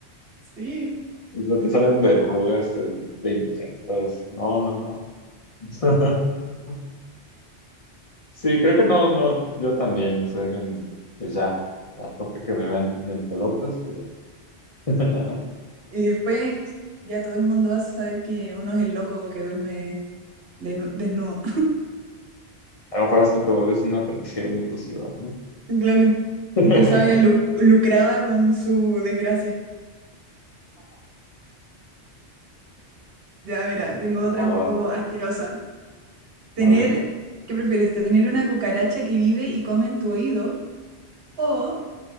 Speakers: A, on the right; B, on the left.
A: sí.
B: O sea, te salen verrugas, te, te infectas. No, no, no. <laughs> Sí, creo que no, no, yo también, o sea, que, pues ya, a tope que me vean en pelotas, pues ya. <laughs>
A: Y después ya todo el mundo va a saber que uno es el loco que duerme de nu- desnudo.
B: A lo mejor hasta te vuelves una atracción de tu ciudad, ¿no?
A: <laughs> Claro,
B: <laughs>
A: empezaba ya lu- lucraba con su desgracia. Ya, mira,
B: Ah,
A: tengo otra
B: No,
A: un poco
B: va, te
A: asquerosa.
B: va.
A: Tener,
B: A ver.
A: ¿qué prefieres? ¿Tener una cucaracha que vive y come en tu oído o